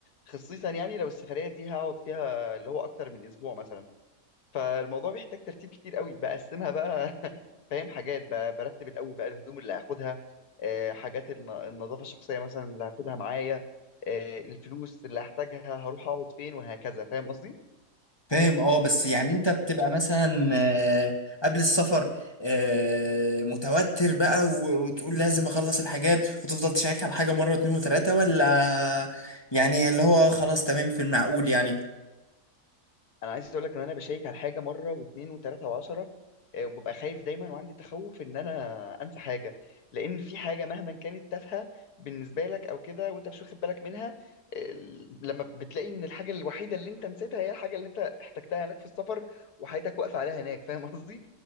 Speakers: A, on the left (about 70°); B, on the left (about 15°).
A: خصيصا يعني لو السفريه دي هقعد فيها اللي هو اكتر من اسبوع مثلا فالموضوع بيحتاج ترتيب كتير قوي بقسمها بقى <laughs> فاهم حاجات ب- برتب الاول بقى الهدوم اللي هاخدها آه، حاجات الن- النظافه الشخصيه مثلا اللي هاخدها معايا آه، الفلوس اللي هحتاجها هروح اقعد فين وهكذا فاهم قصدي
B: فاهم اه بس يعني انت بتبقى مثلا آه قبل السفر آه متوتر بقى و- وتقول لازم اخلص الحاجات وتفضل تشيك على حاجة مرة اتنين وتلاتة ولا يعني اللي هو خلاص تمام في المعقول يعني
A: انا عايز اقول لك ان انا بشيك على حاجه مره واثنين وثلاثه وعشره آه، وببقى خايف دايما وعندي تخوف ان انا انسى حاجه لان في حاجه مهما كانت تافهه بالنسبه لك او كده وانت مش واخد بالك منها آه، لما بتلاقي ان الحاجه الوحيده اللي انت نسيتها هي الحاجه اللي انت احتجتها هناك في السفر وحياتك واقفه عليها هناك فاهم قصدي